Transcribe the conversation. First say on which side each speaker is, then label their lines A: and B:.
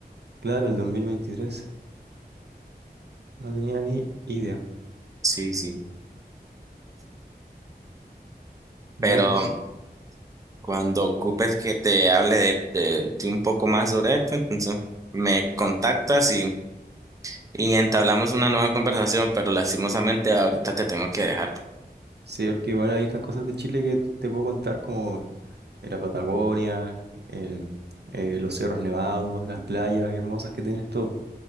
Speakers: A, on the right; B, on the right.
A: Claro, el dos mil veintitrés No tenía ni idea.
B: Sí, sí.
A: Ya
B: Pero
A: pues.
B: cuando ocupes que te hable de, de, de un poco más sobre esto, entonces me contactas y y entablamos una nueva conversación, pero lastimosamente ahorita te tengo que dejar.
A: Sí, porque igual hay estas cosas de Chile que te puedo contar, como eh, la Patagonia, el, eh, los cerros nevados, las playas hermosas que tienes, todo.